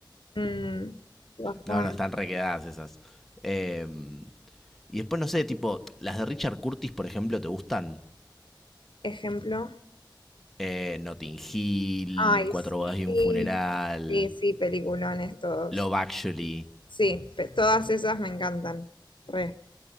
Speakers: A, on the left; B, in the centre.
A: Mm, bajón.
B: No, no, están requedadas esas. Eh, y después, no sé, tipo, las de Richard Curtis, por ejemplo, ¿te gustan?
A: Ejemplo.
B: Eh, Notting Hill,
A: Ay,
B: Cuatro
A: sí.
B: bodas y un funeral,
A: Sí, sí, peliculones todos.
B: Love Actually.
A: Sí, pe- todas esas me encantan. Re,